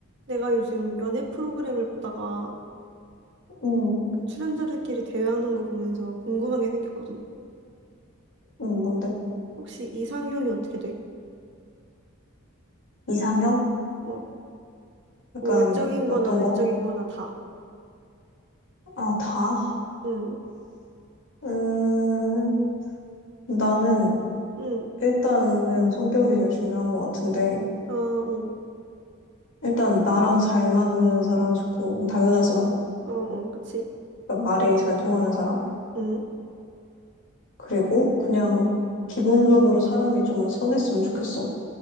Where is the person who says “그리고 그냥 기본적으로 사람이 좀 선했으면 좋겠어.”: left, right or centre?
Left